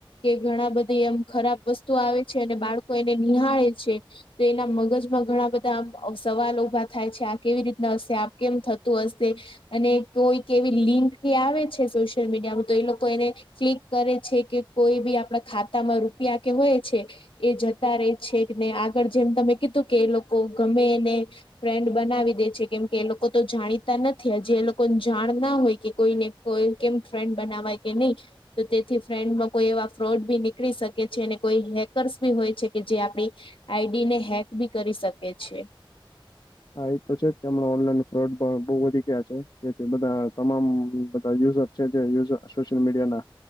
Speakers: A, on the left (about 70°); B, on the left (about 50°).
A: કે ઘણા બધી એમ ખરાબ વસ્તુ આવે છે અને બાળકો એને નિહાળે છે. તો એના મગજમાં ઘણા બધા આમ સવાલ ઉભા થાય છે આ કેવી રીતના હશે, આ કેમ થતું હશે. અને કોઈક એવી લિંક કે આવે છે સોશિયલ મીડિયામાં તો એ લોકો એને ક્લિક કરે છે કે કોઈ બી આપણા ખાતામાં રૂપિયા કે હોય છે એ જતા રે છે ને આગળ જેમ તમે કીધું કે એ લોકો ગમે એને ફ્રેન્ડ બનાવી દે છે કેમ કે એ લોકો તો જાણીતા નથી જે એ લોકોને જાણ ના હોય કે કોઈને કોઈ કેમ ફ્રેન્ડ બનાવાય કે નઈ તો તેથી ફ્રેન્ડમાં કોઈ એવા ફ્રોડ બી નીકળી શકે છે અને કોઈ હેકર્સ બી હોય છે કે જે આપડી આઈડી ને હેક બી કરી શકે છે.
B: હા એ તો છે જ કે હમણાં ઓનલાઈન ફ્રોડ પણ બહુ વધી ગયા છે જેથી બધા તમામ બધા યુઝર છે જે યુઝ સોશિયલ મીડિયા ના